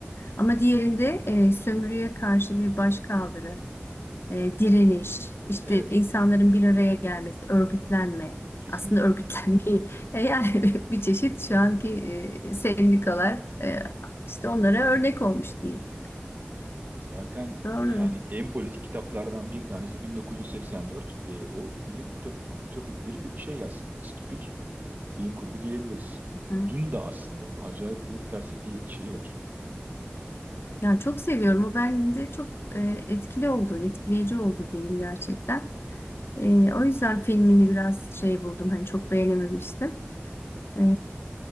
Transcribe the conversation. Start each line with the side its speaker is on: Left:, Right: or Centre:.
Left: Ama diğerinde e, sömürüye karşı bir başkaldırı e, direniş, işte
Right: Evet,
Left: insanların bir araya gelmesi, örgütlenme.
Right: kesinlikle.
Left: Aslında örgütlenmeyi <laughs> e, yani <laughs> bir çeşit şu anki e, sendikalar e, işte onlara örnek olmuş diyeyim.
Right: Zaten
Left: Doğru.
Right: yani en politik kitaplardan bir tanesi 1984. E, o bilim ütopik, ütopik bir bir şey aslında. Distopik bilim kurgu diyebiliriz.
Left: Hı.
Right: Dün de aslında o acayip bir felsefi şeyi var.
Left: Ya çok seviyorum. O bende çok e, etkili oldu, etkileyici oldu diyeyim gerçekten. E, o yüzden
Right: E,
Left: filmini biraz şey buldum. Hani çok beğenememiştim. E,